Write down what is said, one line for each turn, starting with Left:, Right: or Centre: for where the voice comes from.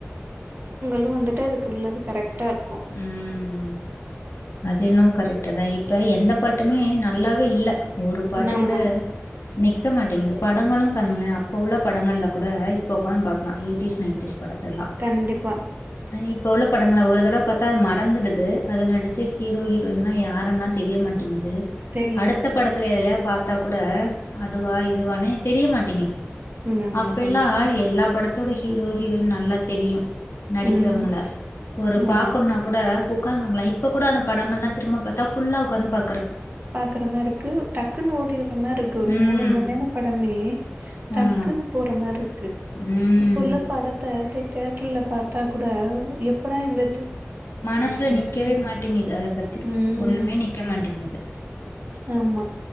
Right: லு வந்துட்டு அதுக்கு உள்ளது கரெக்டா இருக்கு
Left: ம் அது என்னவோ கரெக்டுதா இப்ப எந்த பாட்டுமே நல்லாவே இல்ல ஒரு பாட்டு
Right: ஆமா
Left: கூட நிக்க மாட்டேங்குது படங்களு பாருங்களே அப்போ உள்ள படங்கல்ல கூட இப்போ உக்காந்து பாக்கலா எயிட்டிஸ் நைன்ட்டீஸ் படத்தல்லா
Right: கண்டிப்பா
Left: இப்ப உள்ள படங்கள ஒரு தடவ பாத்தா மறந்துடுது அதுல நடிச்ச ஹீரோ ஹீரோயின்னா யாருன்லா தெரியமாட்டேங்குது
Right: தெரிய
Left: அடுத்த
Right: மாட்டேங்குது
Left: படத்துல எதுலயா பா த்தாகூட அதுவா இதுவானே தெரிய மாட்டிங்குது
Right: ம் ஆமா
Left: அப்பல்லா
Right: கண்டிப்பா
Left: எல்லா பட தோட ஹீரோ ஹீரோயின் நல்லா தெரியு நடிக்கிறவங்கள
Right: ம்
Left: ஒரு
Right: ஆமா
Left: பாக்கும்னா கூட உக்காந்துக்கலா இப்ப கூட அந்த படங்கள்லா திரும்ப பாத்தா ஃபுல்லா உக்காந்து ப
Right: பாக்குற மாரி இருக்கு டக்குன்னு ஓடிற மாரி இருக்கு ஒரு
Left: ம்
Right: மூணு மண்நேர படமே டக்கு
Left: ஆமா
Right: துன்னு போற மாரி இருக்கு
Left: ம்
Right: இப்ப உள்ள படத்த தேட்டர்ல பாத்தா கூட எப்படா இந்த
Left: மனசுல நிக்கவே மாட்டிங்குது அதப் பத்தி
Right: ம்
Left: ஒண்ணுமே நிக்க மாட்டிங்குது
Right: ஆமா